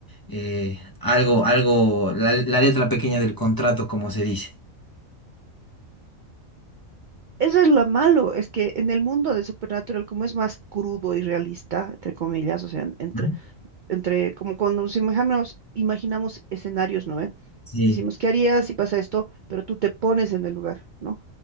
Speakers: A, on the left; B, on the right.
A: eh, algo, algo, la, la letra pequeña del contrato, como se dice?
B: Eso es lo malo, es que en el mundo de Supernatural, como es más crudo y realista, entre comillas, o sea, en- entre,
A: Ujú.
B: entre como cuando nos imaginamos, imaginamos escenarios, ¿no? ve?
A: Sí.
B: Decimos, ¿qué harías si pasa esto? Pero tú te pones en el lugar, ¿no?